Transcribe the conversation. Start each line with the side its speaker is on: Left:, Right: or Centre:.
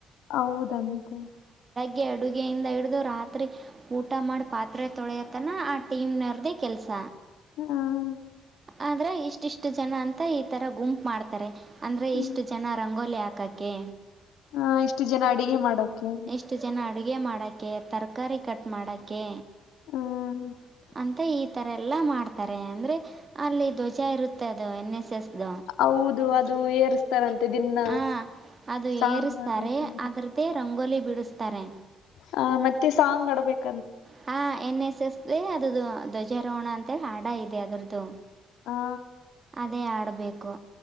Left: ಹೌದಂತೆ.
Right: ಗೆ ಅಡುಗೆಯಿಂದ ಹಿಡಿದು ರಾತ್ರಿ ಊಟ ಮಾಡಿ ಪಾತ್ರೆ ತೊಳೆಯತನ ಆ ಟೀಮ್ನರ್ದ ಕೆಲಸ.
Left: ಹ್ಮ್.
Right: ಆದ್ರೆ ಇಷ್ಟ ಇಷ್ಟು ಜನ ಅಂತ ಈ ತರ ಗುಂಪು ಮಾಡ್ತಾರೆ ಅಂದ್ರೆ
Left: ಹ್ಮ್.
Right: ಇಷ್ಟು ಜನ ರ. ಹಂಗೋಲ್ ಹಾಕಕ್ಕೆ.
Left: ಹಾ ಇಷ್ಟು ಜನ ಅಡಿಗೆ ಮಾಡೋಕೆ.
Right: ಎಷ್ಟು ಜನ ಅಡುಗೆ ಮಾಡೋಕ್ಕೆ ತರಕಾರಿ ಕಟ್ ಮಾಡೋಕ್ಕೆ.
Left: ಹ್ಮ.
Right: ಅಂತ ಈ ತರ ಎಲ್ಲಾ ಮಾಡ್ತಾರೆ ಅಂದ್ರೆ. ಅಲ್ಲಿ ಧ್ವಜ ಇರುತ್ತೆ ಅದು ಎನ್ ಎಸ್ ಎಸ್್ದ
Left: ಹೌದು ಅದು ಏರಿಸ್ತಾರಂತೆ ದಿನ
Right: ಆ. ಅದು
Left: ಸಾಂಗ್
Right: ಅರುಸ್ತಾರೆ
Left: ಆಡ್ಬೇಕಂದ್ರೆ
Right: ರೆ ಅದ್ರದ್ದೇ ರಂಗೋಲಿ ಬಿಡಿಸ್ತಾರೆ
Left: ಹ ಮತ್ತೆ ಸಾಂಗ್ ಆಡ್ಬೇಕು
Right: ಹಾ ಎನ್ ಎಸ್ ಸದ್ದೆ ಅದದು ಧ್ವಜಾರೋಹಣ ಅಂತ ಹಾಡ ಇದೆ ಅದರದ್ದು
Left: ಹಾ
Right: ಅದೇ ಆಡಬೇಕು